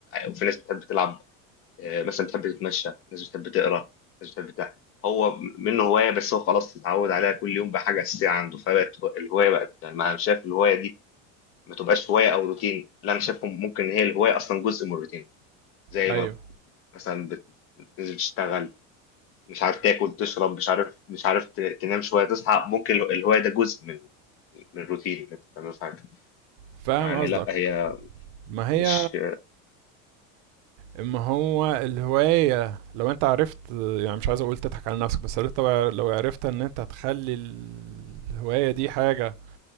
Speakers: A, on the left; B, on the right.
A: وفي ناس بتحب تلعب آه، مثلا بتحب تتمشى ناس بتحب تقرا ناس بتحب بتاع هو منه هوايه بس هو خلاص اتعود عليها كل يوم بقى حاجه اساسيه عنده فبقت هو- الهوايه بقت يعني ما انا شايف الهوايه دي ما تبقاش هوايه او روتين لا انا شايف ممكن هي الهوايه اصلا جزء من الروتين زي
B: ايوه
A: ما مثلا بت- بتنزل تشتغل مش عارف تاكل تشرب مش عارف مش عارف ت- تنام شويه تصحى ممكن اله- الهوايه ده جزء من من الروتين اللي انت بتعمله في حياتك
B: فاهم
A: يعني
B: قصدك
A: لا هي
B: ما
A: مش
B: هي ما هو الهواية لو انت عرفت يعني مش عايز اقول تضحك على نفسك بس لو انت لو عرفت ان انت هتخلي الهواية دي حاجة